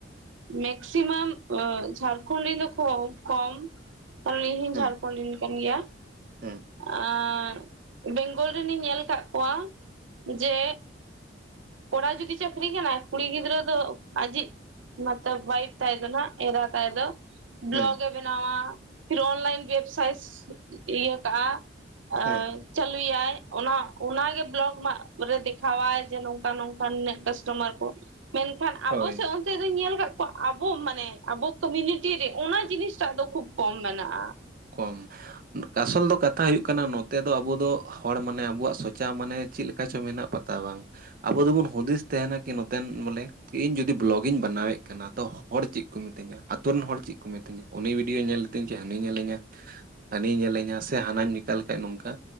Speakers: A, on the right; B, on the right.
A: ᱢᱮᱠᱥᱤᱢᱟᱢ ᱡᱷᱟᱲᱠᱷᱚᱱᱰ ᱨᱮᱱᱫᱚ ᱠᱚ ᱠᱚᱢ ᱠᱟᱨᱚᱱ ᱤᱧ ᱦᱚᱸᱧ
B: ᱦᱩᱸ
A: ᱡᱷᱟᱲᱠᱷᱚᱸᱰ ᱨᱮᱧ ᱠᱟᱱ ᱜᱮᱭᱟ᱾
B: ᱦᱩᱸ᱾
A: ᱟᱸᱻ ᱵᱮᱝᱜᱚᱞ ᱨᱮᱱᱤᱧ ᱧᱮᱞ ᱟᱠᱟᱫ ᱠᱚᱣᱟ ᱡᱮ ᱠᱚᱲᱟ ᱡᱩᱫᱤ ᱪᱟᱹᱠᱨᱤ ᱠᱟᱱᱟᱭ ᱠᱩᱲᱤ ᱜᱤᱫᱽᱨᱟᱹ ᱫᱚ ᱟᱡᱤᱡ ᱚᱣᱟᱭᱤᱯ ᱛᱟᱭ ᱫᱚ ᱦᱟᱸᱜ ᱮᱨᱟ ᱛᱟᱭ ᱫᱚ ᱵᱞᱚᱜᱮ
B: ᱦᱩᱸ
A: ᱵᱮᱱᱟᱣᱟ ᱯᱷᱤᱨ ᱚᱱᱞᱟᱭᱤᱱ ᱵᱮᱵᱥᱟᱭ ᱠᱟᱜᱼᱟ <unintelligible>
B: ᱦᱩᱸ
A: ᱪᱟᱞᱩᱭᱟᱭ ᱚᱱᱟ ᱚᱱᱟᱜᱮ ᱵᱞᱚᱜ ᱨᱮ ᱫᱮᱠᱷᱟᱣᱟᱭ ᱡᱮ ᱱᱚᱝᱠᱟ ᱱᱚᱝᱠᱟᱱ ᱱᱤᱱᱟᱹᱜ ᱠᱟᱥᱴᱚᱢᱟᱨ ᱠᱚ ᱢᱮᱱᱠᱷᱟᱱ ᱟᱵᱚ
B: ᱦᱳᱭ
A: ᱥᱮᱫ ᱫᱚᱧ ᱧᱮᱞ ᱟᱠᱟᱫ ᱠᱚᱣᱟ ᱟᱵᱚ ᱢᱟᱱᱮ ᱟᱵᱚ ᱠᱚᱢᱩᱱᱤᱴᱤ ᱨᱮ ᱚᱱᱟ ᱡᱤᱱᱤᱥᱴᱟᱜ ᱫᱚ ᱠᱷᱩᱵ ᱠᱚᱢ ᱢᱮᱱᱟᱜᱼᱟ᱾
B: ᱠᱚᱢ᱾ ᱠᱟᱥᱚᱞ ᱫᱚ ᱠᱟᱛᱷᱟ ᱦᱩᱭᱩᱜ ᱠᱟᱱᱟ ᱱᱚᱛᱮ ᱫᱚ ᱟᱵᱚ ᱫᱚ ᱦᱚᱲ ᱢᱟᱱᱮ ᱟᱵᱚᱣᱟᱜ ᱥᱚᱪᱟ ᱢᱟᱱᱮ ᱪᱮᱫ ᱞᱮᱠᱟ ᱪᱚ ᱢᱮᱱᱟᱜ ᱵᱟᱝ᱾ ᱟᱵᱚ ᱫᱚᱵᱚᱱ ᱦᱩᱫᱤᱥ ᱛᱟᱦᱮᱱᱟ ᱠᱤ ᱱᱚᱛᱮᱱ ᱵᱚᱞᱮ ᱤᱧ ᱡᱩᱫᱤ ᱵᱞᱚᱜ ᱤᱧ ᱵᱮᱱᱟᱣᱮᱫ ᱠᱟᱱᱟ ᱛᱚ ᱦᱚᱲ ᱪᱮᱫ ᱠᱚ ᱢᱤᱛᱟᱹᱧᱟ, ᱟᱛᱩ ᱨᱮᱱ ᱦᱚᱲ ᱪᱮᱫ ᱠᱚ ᱢᱤᱛᱟᱹᱧᱟ᱾ ᱩᱱᱤ ᱵᱷᱤᱰᱭᱚ ᱧᱮᱞ ᱞᱤᱛᱤᱧ ᱡᱮ ᱦᱟᱹᱱᱤ ᱧᱮᱞᱮᱧᱟ ᱦᱟᱹᱱᱤᱭ ᱧᱮᱞᱮᱧᱟ ᱥᱮ ᱦᱟᱱᱟᱧ ᱞᱤᱧᱠᱟ ᱞᱮᱠᱷᱟᱱᱡ ᱱᱚᱝᱠᱟ